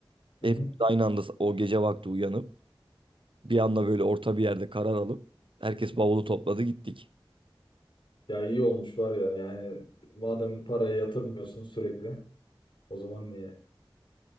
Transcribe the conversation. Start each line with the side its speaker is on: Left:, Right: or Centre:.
Left: Hı
Right: hepimiz
Left: hı.
Right: aynı anda o gece vakti uyanıp bir anda böyle orta bir yerde karar alıp herkes bavulu topladı gittik.
Left: Ya iyi olmuş var ya. Yani madem parayı yatırmıyorsun sürekli o zaman niye?